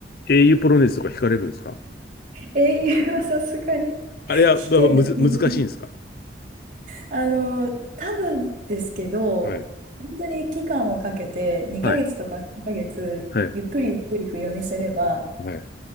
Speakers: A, on the left; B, on the right.
A: 英雄ポロネーズとか弾かれるんですか
B: 英雄はさすがに <laughs>
A: あれは、まあ、
B: 弾けない。
A: まあむず、
B: <laughs>
A: 難しいんですか
B: あの、多分ですけど、
A: はい。
B: 本当に期間をかけて、2ヶ月とか3ヶ月、
A: はい。はい。
B: ゆっくりゆっくり譜読みすれば、弾
A: はい。